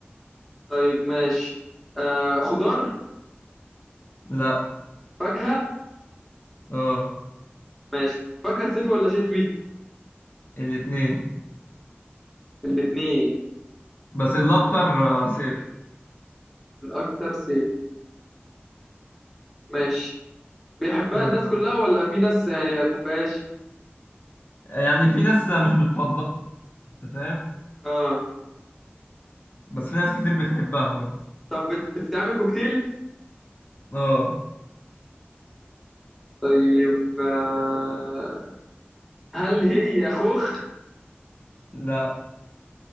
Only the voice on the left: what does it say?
لا
أه
الاتنين
بس الأكتر آه، صفر
آه.
يعني في ناس مش بتفضلها أنت فاهم
بس في ناس كتير بتحبها برضه
اه
لا